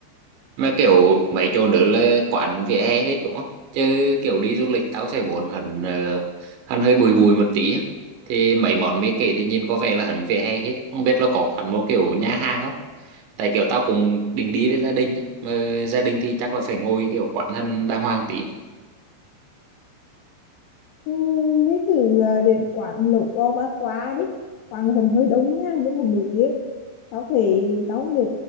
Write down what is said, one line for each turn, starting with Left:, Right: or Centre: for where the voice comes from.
Right: mà kiểu mấy chỗ nữa là quán vỉa hè hết đúng không chứ kiểu đi du lịch tao sẽ muốn hẳn ờ, hẳn hơi bùi bùi một tí á. thì mấy món mỹ kể thì nhìn có vẻ là hẳn vỉa hè hết không biết là có quán một kiểu nhà hàng không tại kiểu tao cũng định đi với gia đình nhé mà gia đình thì chắc là phải ngồi kiểu quán hẳn đàng hoàng tí
Left: Ừm, đi thử à, đến quán lẩu bò ba toa đi quán hình hơi đông nha nhưng mà nổi tiếng tao thì tao không nhớ